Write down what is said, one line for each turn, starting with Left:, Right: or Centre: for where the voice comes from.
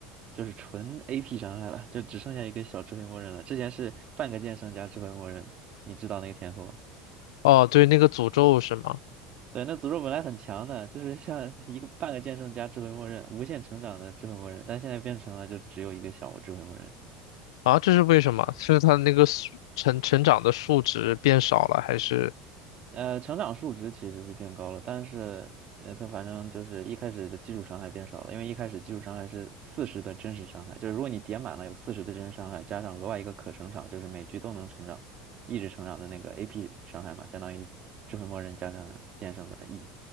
Right: 就是纯 AP 伤害了，就只剩下一个小智慧魔人了。之前是半个剑圣加智慧魔人，你知道那个天赋吗？
Left: 哦，对，那个诅咒是吗？
Right: 对，那诅咒本来很强的，就是像一个半个剑圣加智慧默认，无限成长的智慧默认，但现在变成了就只有一个小智慧默认。
Left: 啊，这是为什么？是它那个数成成长的数值变少了，还是？
Right: 呃，成长数值其实是变高了，但是呃，它反正就是一开始的基础伤害变少了，因为一开始基础伤害是四十的真实伤害，就是如果你点满了有四十的真实伤害，加上额外一个可成长，就是每局都能成长，一直成长的那个 AP 伤害嘛，相当于智慧默认加上剑圣的 E。